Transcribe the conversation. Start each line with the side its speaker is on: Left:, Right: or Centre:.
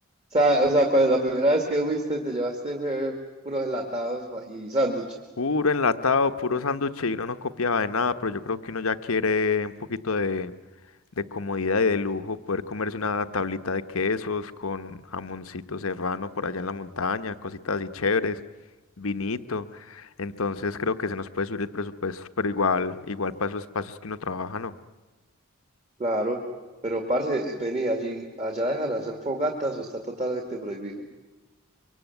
Right: O sea, o sea, cuando la primera vez que fuiste, te llevaste fue puros gelatados pa- y sándwiches.
Left: Puro enlatado, puro sándwich y uno no copiaba de nada, pero yo creo que uno ya quiere un poquito de, de comodidad y de lujo, poder comerse una tablita de quesos con jamoncito serrano por allá en la montaña, cositas así chéveres, vinito. Entonces creo que se nos puede subir el presupuesto, pero igual, igual pasos, pasos que uno trabaja, ¿no?
Right: Claro. Pero, parce, vení, allí, allá dejan hacer fogatas o está totalmente prohibido.